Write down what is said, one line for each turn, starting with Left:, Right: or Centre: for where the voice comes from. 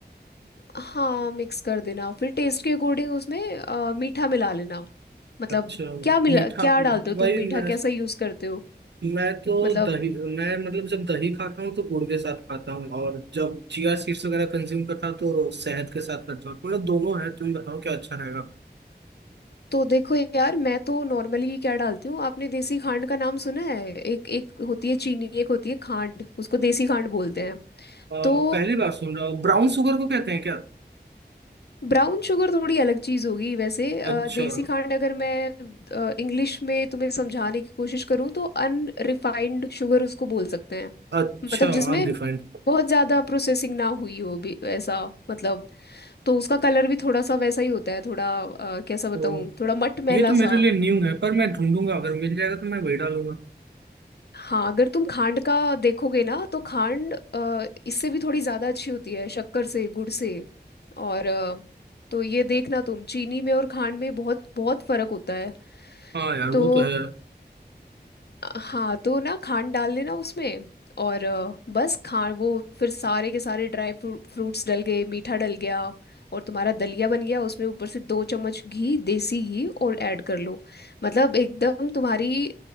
Left: हाँ मिक्स कर देना फिर टेस्ट के अकॉर्डिंग उसमें अ, मीठा मिला लेना मतलब
Right: अच्छा
Left: क्या मिला
Right: मीठा
Left: क्या
Right: वही
Left: डालते हो तुम मीठा
Right: मैं
Left: कैसा यूज करते हो
Right: मैं तो
Left: मतलब
Right: दही मैं मतलब जब दही खाता हूँ तो गुड़ के साथ खाता हूँ और जब चिया सीड्स वगैरह कंज्यूम करता हूँ तो शहद के साथ करता हूँ मतलब दोनों है तुम बताओ क्या अच्छा रहेगा
Left: तो देखो यार मैं तो नॉर्मली क्या डालती हूँ आपने देसी खांड का नाम सुना है एक एक होती है चीनी एक होती है खांड उसको देसी खांड बोलते हैं
Right: अ,
Left: तो
Right: पहली बार सुन रहा हूँ ब्राउन शुगर को कहते हैं क्या
Left: ब्राउन शुगर <laughs> थोड़ी अलग चीज़ होगी वैसे अ,
Right: अच्छा
Left: देसी खांड अगर मैं इंग्लिश में तुम्हें समझाने की कोशिश करूँ तो अनरिफाइंड शुगर उसको बोल सकते हैं
Right: अच्छा
Left: मतलब जिसमें
Right: अनरिफाइंड
Left: बहुत ज़्यादा प्रोसेसिंग ना हुई हो भी ऐसा मतलब तो उसका कलर भी थोड़ा सा वैसा ही होता है थोड़ा अ, कैसा बताऊँ
Right: तो
Left: थोड़ा मटमैला
Right: ये तो मेरे
Left: सा
Right: लिए न्यू है पर मैं ढूंढूंगा अगर मिल जाएगा तो मैं वही डालूंगा
Left: हाँ अगर तुम खांड का देखोगे ना तो खांड अ, इससे भी थोड़ी ज्यादा अच्छी होती है शक्कर से गुड़ से और अ, तो ये देखना तुम चीनी में और खांड में बहुत बहुत फर्क होता है
Right: हाँ यार वो
Left: तो
Right: तो है भाई
Left: हाँ तो ना खांड डाल देना उसमें और अ, बस खान वो फिर सारे के सारे ड्राई फ्रूट्स डल गए मीठा डल गया और तुम्हारा दलिया बन गया उसमें ऊपर से दो चम्मच घी देसी घी और ऐड कर लो मतलब एकदम तुम्हारी